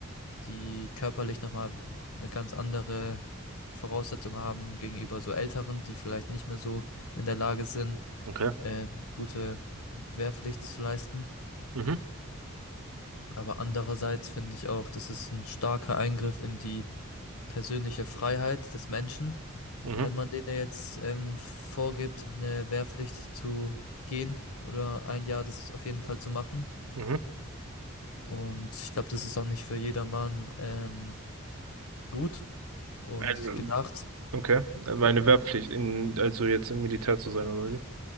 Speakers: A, on the left (about 85°); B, on the right (about 80°).
A: die körperlich nochmal eine ganz andere Voraussetzung haben gegenüber so Älteren, die vielleicht nicht mehr so in der Lage sind,
B: Okay.
A: äh, gute Wehrpflicht zu leisten.
B: Mhm.
A: Aber andererseits finde ich auch, das ist ein starker Eingriff in die persönliche Freiheit des Menschen,
B: Mhm.
A: wenn man denen jetzt ähm, vorgibt, eine Wehrpflicht zu gehen oder ein Jahr das auf jeden Fall zu machen.
B: Mhm.
A: Und ich glaube, das ist auch nicht für jedermann ähm, gut und
B: Ein,
A: gedacht.
B: okay. Äh, Meine Wehrpflicht, in, also jetzt im Militär zu sein, oder wie?